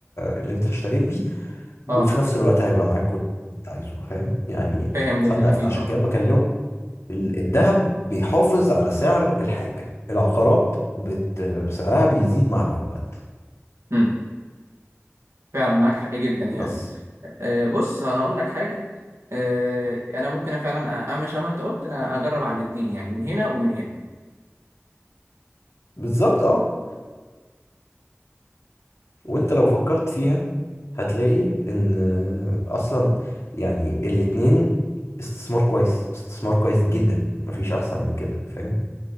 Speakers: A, on the left; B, on the right.
A: اللي انت اشتريت بيه
B: اه
A: وفي نفس الوقت هيبقى معاك كل اللي انت عايزه فاهم يعني
B: فاهم
A: فانا
B: جدا أكيد
A: فعشان
B: اه
A: كده بكلمك ال- الذهب بيحافظ على سعر الحاجة العقارات بت... سعرها بيزيد مع الوقت
B: مم. فعلا معاك حق جدا يعني
A: بس
B: آه، بص أنا أقول لك حاجة آه، أنا ممكن فعلا أ- أعمل شبه ما أنت قلت أنا أجرب على الاتنين يعني من هنا ومن هنا
A: بالظبط اه وانت لو فكرت فيها هتلاقي ان اصلا يعني الاتنين استثمار كويس استثمار كويس جدا مفيش احسن من كده فاهم